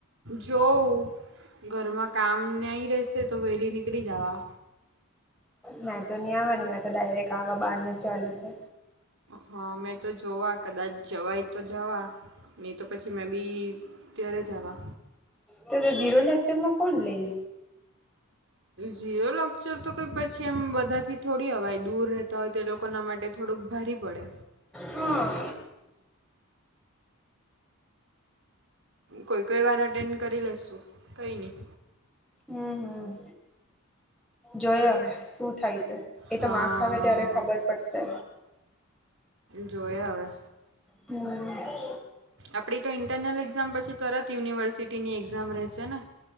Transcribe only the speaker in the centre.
મેં તો નહી આવા ની મેં તો ડાયરેક્ટ આવા બાર ને જ ચાલી છે.
તો તો જીરો લેકચર માં કોણ લઈ,
હા.
હમ જોય હવે શું થાય તે. એ
તો માર્ક્સ આવે ત્યારે ખબર પડશે.
હમ્મ.